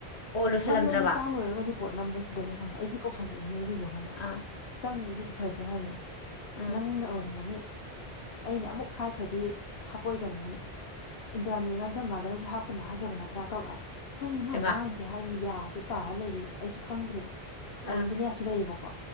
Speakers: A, on the left; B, on the left.
A: ꯑꯣ ꯂꯣꯏꯁꯤꯜꯂꯝꯗ꯭ꯔꯕ
B: ꯑꯗꯣ ꯑꯩꯅ ꯆꯥꯂꯣꯏꯔꯒ ꯄꯣꯠ ꯅꯝꯕꯁꯤꯗꯅꯦ ꯈꯪꯑꯕ ꯑꯩꯁꯦ ꯀꯧꯁꯜꯂꯛꯑꯦꯅꯦ ꯑꯗꯨꯗꯣ
A: ꯑꯥ
B: ꯆꯪꯉꯤ ꯑꯗꯨꯕꯨ ꯁꯥꯔꯁꯤꯗ ꯍꯥꯏꯅꯦ
A: ꯑꯥ
B: ꯅꯪꯅ ꯑꯣꯏꯔꯝꯒꯅꯤ ꯑꯩꯅ ꯑꯃꯨꯛ ꯍꯥꯏꯈ꯭ꯔꯗꯤ ꯍꯥꯄꯣꯏꯗꯕꯅꯤ ꯏꯟꯇ꯭ꯔꯥ ꯃꯦꯖꯜꯗ ꯃꯥꯗꯔꯁꯦ ꯍꯥꯞꯒꯅꯣ ꯍꯥꯏꯈ꯭ꯔꯕ ꯅꯠꯇ꯭ꯔꯥ ꯇꯧꯔꯛꯑꯕ ꯀꯔꯤꯅꯣ ꯃꯥ
A: ꯍꯩꯃꯥ
B: ꯉꯥꯡꯉꯤꯁꯦ ꯍꯥꯏꯗꯤ ꯌꯥꯁꯦ ꯀꯥꯔ ꯂꯩꯔꯦꯕ ꯑꯩꯁꯨ ꯈꯪꯗ꯭ꯔꯦꯕ ꯑꯗꯩ
A: ꯑꯥ
B: ꯖꯨꯅꯤꯌꯥꯁꯨ ꯂꯩꯌꯦꯕꯀꯣ